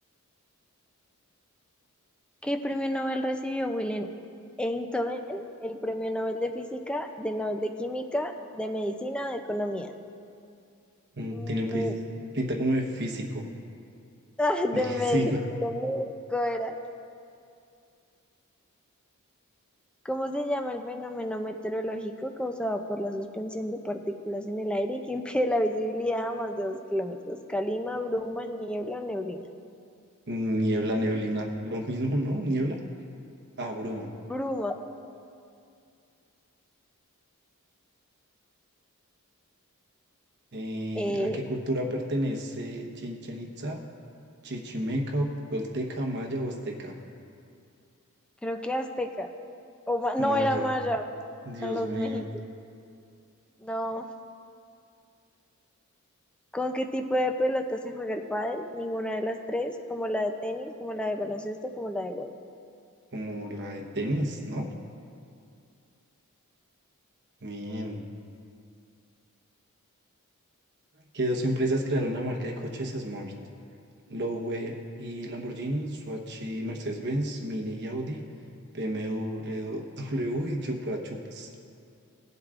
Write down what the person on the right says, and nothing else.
mm,
Tiene pi- pinta como de físico.
<laughs>
Sí, ¿no?
Niebla, neblina. Lo mismo, ¿no? Niebla. Ah, bruma.
Eh,
¿a qué cultura pertenece Chichen Itza, Chichimeca, Tolteca, Maya o Azteca?
Maya,
Dios
mío,
como la de tenis, ¿no? Bien. ¿Qué dos empresas crearon la marca de coches Smart? Lowway y Lamborghini, Swatch y Mercedes-Benz, Mini y Audi, BMW W W <laughs> y Chupa Chups,